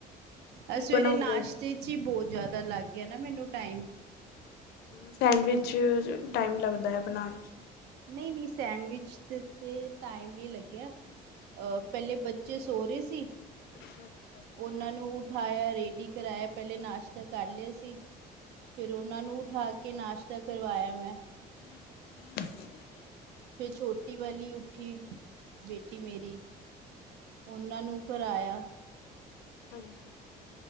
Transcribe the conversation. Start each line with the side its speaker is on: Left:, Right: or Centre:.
Left: ਕੀ
Right: ਅਹ ਸਵੇਰੇ
Left: ਬਣਾਓਗੇ?
Right: ਨਾਸ਼ਤੇ ਚ ਹੀ ਬਹੁਤ ਜ਼ਿਆਦਾ ਦਾ ਲੱਗ ਗਿਆ ਨਾ ਮੈਨੂੰ ਟਾਈਮ
Left: ਸੈਂਡਵਿਚ ਟਾਈਮ ਲੱਗਦਾ ਹੈ ਬਣਾਣ
Right: ਨਹੀਂ ਨਹੀਂ ਸੈਂਡਵਿਚ ਤੇ ਟਾਈਮ ਨਹੀਂ ਲੱਗਿਆ ਅਹ ਪਹਿਲੇ ਬੱਚੇ ਸੋ ਰੇ ਸੀ
Left: ਅੱਛਾ-ਅੱਛਾ
Right: ਉਹਨਾਂ ਨੂੰ ਉਠਾਇਆ ਰੇਡੀ ਕਰਵਾਾਇਆ ਪਹਿਲੇ ਨਾਸ਼ਤਾ ਕਰ ਲਿਆ ਸੀ ਫੇਰ ਉਹਨਾਂ ਨੂੰ ਉਠਾ ਕੇ ਨਾਸ਼ਤਾ ਕਰਵਾਇਆ ਮੈਂ
Left: ਹੂੰ
Right: ਫੇਰ ਛੋਟੀ ਵਾਲੀ ਉੱਠੀ ਬੇਟੀ ਮੇਰੀ ਉਹਨਾਂ ਨੂੰ ਕਰਾਇਆ
Left: ਹਾਂਜੀ